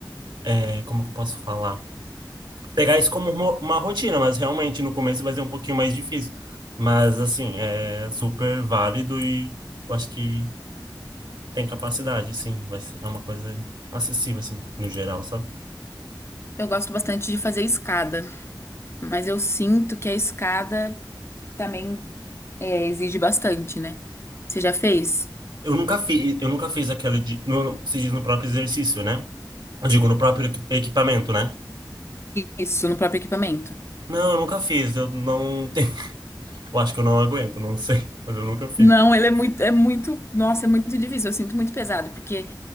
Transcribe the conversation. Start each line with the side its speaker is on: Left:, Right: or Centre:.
Right: É, como que eu posso falar? pegar isso como uma uma rotina, mas realmente no começo vai ser um pouquinho mais difícil. Mas assim, é super válido e eu acho que tem capacidade, sim, vai ser, é uma coisa acessível assim, no geral, sabe?
Left: Eu gosto bastante de fazer escada, mas eu sinto que a escada também. É, exige bastante, né? Você já fez?
Right: Eu nunca fiz, eu nunca fiz aquela de no, no- se diz no próprio exercício, né? Eu digo no próprio equi- equipamento, né?
Left: Isso, no próprio equipamento.
Right: Não, eu nunca fiz, eu não tenho, <laughs> eu acho que eu não aguento, não sei, <laughs> mas eu nunca fiz.
Left: Não, ele é muito, é muito, nossa, é muito difícil. Eu sinto muito pesado, porque